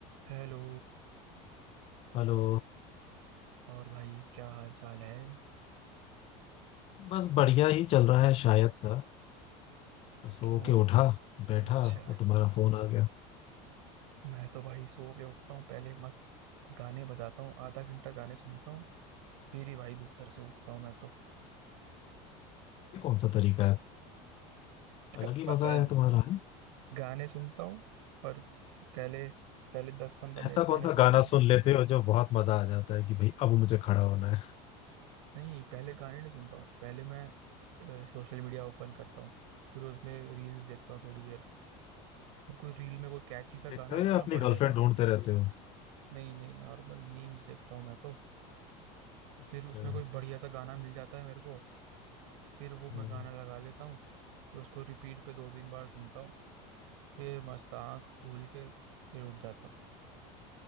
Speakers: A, on the right (about 80°); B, on the left (about 35°).
A: Hello
B: Hello
A: और भाई क्या हाल चाल है
B: बस बढ़िया ही चल रहा है शायद सा सो
A: क्यों
B: के उठा बैठा
A: अच्छा
B: और तुम्हारा फोन आ गया
A: मैं तो भाई सो के उठता हूँ पहले मस्त गाने बजाता हूँ आधा घंटा गाने सुनता हूँ फिर ही भाई बिस्तर से उठता हूँ मैं तो
B: ये कौन सा तरीका है
A: <laughs>
B: अलग ही
A: पता
B: मजा है
A: नहीं
B: तुम्हारा है
A: गाने सुनता हूँ और पहले पहले दस पंद्रह मिनट
B: ऐसा
A: गाने
B: कौन सा
A: सुनता
B: गाना
A: हूँ
B: सुन लेते हो जो बहुत मजा आ जाता है कि भाई अब मुझे खड़ा होना है
A: नहीं पहले गाने नहीं सुनता हूँ पहले मैं अ, सोशल मीडिया ओपन करता हूँ फिर उसमें रील्स देखता हूँ थोड़ी देर फिर कोई रील में कोई कैची सा
B: देखते
A: गाना होता
B: हो या
A: है ना
B: अपनी
A: बढ़िया
B: गर्लफ्रेंड
A: सा
B: ढूंढते रहते हो
A: नहीं नहीं नॉर्मल मीम्स देखता हूँ मैं तो
B: अच्छा
A: फिर उसमें कोई बढ़िया सा गाना मिल जाता है मेरे को फिर वो
B: हम्म,
A: मैं गाना लगा लेता हूँ फिर उसको रिपीट पे दो तीन बार सुनता हूँ फिर मस्त आँख खोल के फिर उठ जाता हूँ